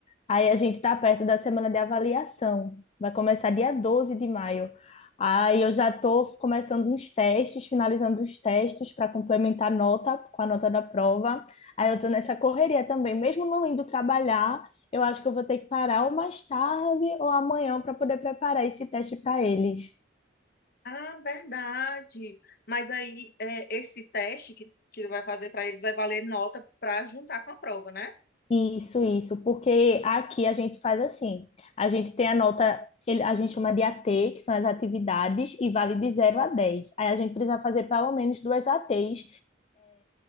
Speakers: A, on the left; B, on the left.
A: Aí a gente está perto da semana de avaliação. Vai começar dia 12 de maio. Aí eu já estou começando uns testes, finalizando os testes para complementar a nota com a nota da prova. Aí eu estou nessa correria também. Mesmo não indo trabalhar, eu acho que eu vou ter que parar ou mais tarde ou amanhã para poder preparar esse teste para eles.
B: Ah, verdade. Mas aí é, esse teste que, que tu vai fazer para eles vai valer nota para juntar com a prova, né?
A: Isso, isso, porque aqui a gente faz assim, a gente tem a nota, ele- a gente chama de AT, que são as atividades, e vale de zero a dez Aí a gente precisa fazer pelo menos duas ATs,